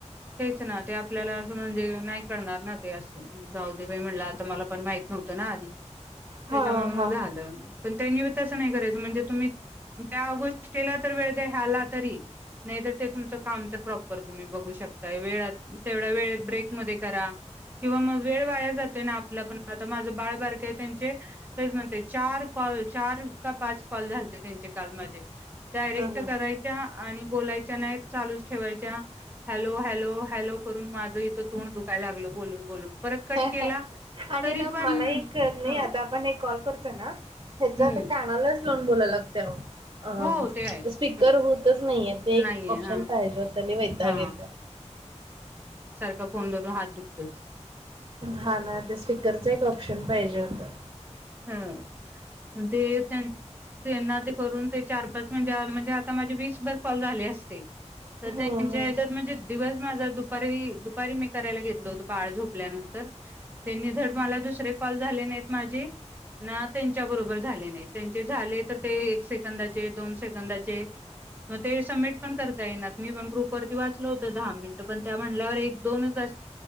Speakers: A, on the right; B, on the right.
A: तेच ना ते आपल्याला असं म्हणजे नाही कळणार ना ते असं जाऊदेबाई म्हणलं आता मला पण माहित नव्हतं ना आधी त्याच्यामुळे
B: हा
A: मग
B: हा
A: झालं पण ते न्यू तसं नाही करायचं म्हणजे तुम्ही त्या गोष्टीला तर वेळ द्या ह्याला तरी नाहीतर ते तुमचं काम तर प्रॉपर तुम्ही बघू शकता वेळात तेवढ्या वेळेत ब्रेक मध्ये करा किंवा मग वेळ वाया जातोय ना आपला पण आता माझ बाळबारक त्यांचे तेच म्हणते चार कॉल चार का पाच कॉल झालते त्यांचे काल माझे डायरेक्ट
B: हम्म हम्म.
A: करायच्या आणि बोलायच्या नाही चालूच ठेवायच्या हॅलो हॅलो हॅलो करून माझं इथं तोंड दुखायला लागलं बोलून बोलून परत कट
B: आणि
A: केला तरी
B: ना मला
A: पण
B: एक नाही
A: ह
B: आता आपण एक कॉल करतो तो ना ह्याच तर
A: हम्म
B: कानालाच लावून बोलायला लागतय अहो
A: हो ते आहे. हं.
B: अ स्पीकर होतच नाहीे ते एक
A: नाहीये
B: ऑप्शन
A: हा
B: पाहिजे होत लई वैताक
A: हा
B: येतोय
A: तो फोन धरून हात दुखतोत.
B: हा ना ते स्पीकरच एक ऑपशन पाहिजे होतं.
A: हा मंग ते त्यांनं त्यांना ते करून ते चार पाच म्हणजे म्हणजे आता माझे वीसभर कॉल झाले असते तर
B: हम्म
A: त्यांच्या ह्याच्यात म्हणजे दिवस माझा दुपारी दुपारी मी करायला घेतल होतो बाळ झोपल्यानंतर त्यांनी धड मला दुसरे कॉल झाले नाहीत माझे ना त्यांच्या बरोबर झाले नाही त्यांचे झाले तर ते एक सेकंदाचे दोन सेकंदाचे मग ते सबमिट पण करता येनात मी पण ग्रुपवररती वाचल होत दहा मिनिट पण त्या म्हणल्यावर एक दोनच अस